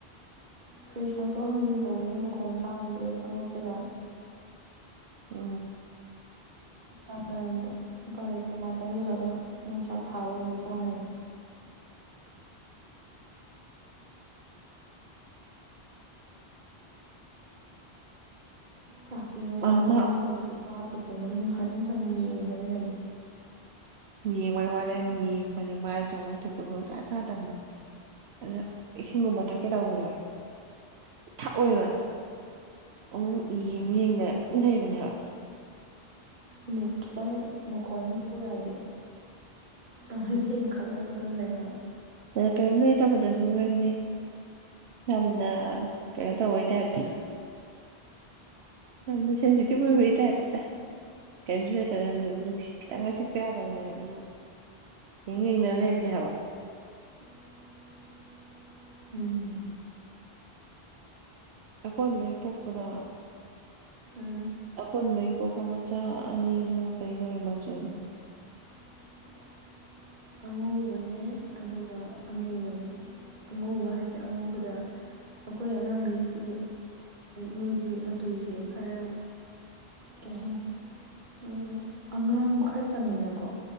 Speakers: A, on the right; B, on the right.
A: ꯐ꯭ꯔꯤꯁ ꯍꯥꯡꯇꯣꯛ ꯍꯥꯡꯖꯤꯟ ꯇꯧꯕꯋ ꯃꯈꯣꯟꯜ ꯇꯥꯕꯗꯨꯗ ꯆꯪꯉꯛꯄꯖꯥꯠꯅꯤ
B: ꯑ
A: ꯇꯥꯟꯅꯅ ꯎꯄꯥꯏ ꯂꯩꯇ ꯃꯥ ꯆꯪꯁꯤꯜꯂꯒ ꯃꯣꯏ ꯆꯥꯛ ꯊꯥꯕꯗꯣ ꯑꯃꯨꯛ ꯆꯥꯜꯂꯦ ꯆꯥꯛꯁꯤ ꯌꯨꯃꯥ
B: ꯑꯃ
A: ꯆꯥꯐꯝ ꯊꯣꯛꯄꯁꯦ ꯆꯥꯄꯣꯗꯤꯦ ꯃꯅꯤꯡ ꯍꯟ ꯍꯟ ꯌꯦꯡꯗꯅ ꯂꯩ
B: ꯌꯦꯡꯕ ꯃꯥꯅ ꯌꯥꯝ ꯌꯦꯡꯕꯅꯦ ꯃꯥꯅ ꯆꯥꯐꯝ ꯊꯣꯛꯄꯁꯨꯁꯥ ꯆꯥꯗꯕꯅꯦ ꯑ ꯏꯁꯤꯡꯒꯨꯝꯕ ꯊꯛꯀꯦ ꯇꯧꯕꯁꯦ ꯊꯛꯑꯣꯏꯕ ꯑꯃꯨꯛ ꯌꯦꯡ ꯌꯦꯡꯅ ꯂꯩꯕꯅꯦ ꯍꯥꯏꯕ
A: ꯑꯗꯨꯅꯤ ꯈꯤꯇꯪ ꯃꯈꯣꯜ ꯑꯃ ꯌꯥꯗꯦ ꯑꯩꯣꯏꯗꯤ ꯏꯡꯈꯠꯂꯒ ꯑꯗꯨꯝ ꯂꯩ ꯍꯥꯏꯕ
B: ꯑ ꯀꯔꯤꯝ ꯂꯩꯇꯕꯗꯁꯨ ꯀꯔꯤꯅꯤ ꯌꯥꯝꯅ ꯀꯩꯅꯣ ꯇꯧꯕꯩ ꯇꯥꯏꯞꯇꯤꯅ ꯌꯥꯝꯅ ꯁꯟꯖꯤꯇꯕꯨꯕ ꯇꯕꯇꯗ ꯀꯔꯤꯝꯁꯨ ꯂꯩꯇꯕꯗ ꯅꯨꯡꯁꯤꯠ ꯈꯤꯇꯪꯒ ꯁꯤꯠꯄ ꯌꯥꯗꯕꯅꯦ ꯑꯗꯨꯝ ꯍ ꯌꯦꯡꯗꯅ ꯂꯩꯕꯅꯦ ꯍꯥꯏꯕ
A: <unintelligible> ꯎꯝ
B: ꯑꯀꯣꯟꯕꯩ ꯄꯣꯛꯄꯗ
A: ꯎꯝ
B: ꯑꯀꯣꯟꯕꯒꯤ ꯄꯣꯛꯄ ꯃꯆꯥ ꯑꯅꯤꯗꯨ ꯀꯔꯤ ꯀꯔꯤ ꯃꯆꯨꯅꯣ
A: <unintelligible> ꯑꯉꯧꯕꯅꯦ ꯑꯗꯨꯒ ꯑꯃꯨꯕꯅꯦ ꯑꯉꯧꯕ ꯍꯥꯏꯁꯦ ꯑꯉꯧꯕꯗ ꯑꯩꯈꯣꯏ ꯑꯉꯥꯡꯈꯩꯁꯤꯗꯤ ꯃꯣꯏꯒꯤ ꯃꯇꯨꯁꯦ ꯈꯔ ꯀꯩ ꯍꯥꯏꯅꯤ ꯎꯝ ꯑꯉꯥꯡꯕ ꯈꯔ ꯆꯪꯉꯤꯅꯀꯣ